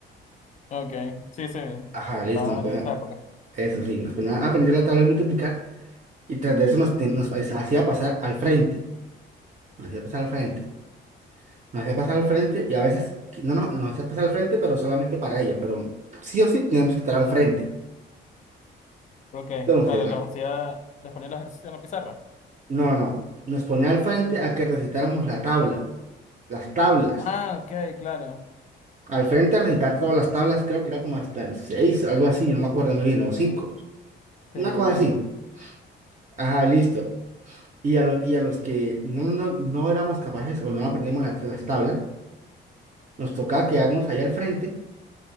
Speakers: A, on the left (about 40°); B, on the right (about 40°).
A: Ok, sí, sí,
B: Ajá,
A: estaban
B: listo, nos ponía,
A: en esa época.
B: eso sí, nos ponía a aprender la tabla de multiplicar, y tras de eso nos, te- nos hacía pasar al frente, nos hacía pasar al frente, nos hacía pasar al frente, y a veces, que- no, no, nos hacía pasar al frente, pero solamente para ella, pero sí o sí teníamos que estar al frente.
A: Ok,
B: Entonces,
A: claro,
B: la
A: los hacía, les ponía los ejercicios en la pizarra.
B: No, no. Nos ponía al frente a que recitáramos la tabla, las tablas.
A: Ah, ok, claro.
B: Al frente a recitar todas las tablas, creo que era como hasta el 6, algo así, no me acuerdo muy bien, o
A: Uy,
B: 5,
A: sí,
B: Una cosa
A: ya entiendo.
B: así. Ajá, listo. Y a los, y a los que no, no, no éramos capaces o no aprendíamos las, las tablas, nos tocaba quedarnos allá al frente